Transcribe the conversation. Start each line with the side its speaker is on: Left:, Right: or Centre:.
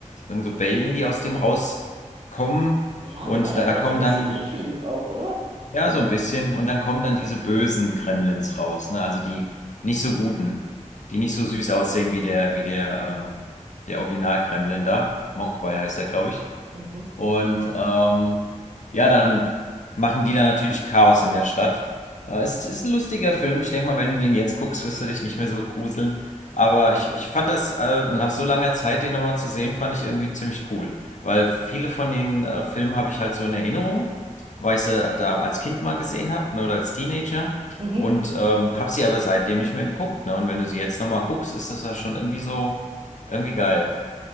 Left: irgend so Bällen, die aus dem rauskommen.
Right: Ja,
Left: Und
Right: genau, das
Left: da
Right: war
Left: kommen
Right: doch so ein bisschen
Left: dann.
Right: ekelig auch, oder?
Left: Ja, so ein bisschen. Und dann kommen dann diese bösen Kremlins raus, ne? Also die nicht so guten, die nicht so süß aussehen wie der, wie der, ähm, der Original-Kremlin da. Mogwai heißt er, glaube ich.
Right: Mhm.
Left: Und ähm, ja, dann machen die da natürlich Chaos in der Stadt. Äh, es ist ein lustiger Film. Ich denke mal, wenn du den jetzt guckst, wirst du dich nicht mehr so gruseln. Aber ich, ich fand das, äh, nach so langer Zeit, den nochmal zu sehen, fand ich irgendwie ziemlich cool. Weil viele von den äh, Filmen habe ich halt so in Erinnerung, weil ich sie da als Kind mal gesehen habe, ne, oder als Teenager.
Right: Mhm.
Left: Und ähm, habe sie aber seitdem nicht mehr geguckt. Ne? Und wenn du sie jetzt nochmal guckst, ist das ja schon irgendwie so, irgendwie geil.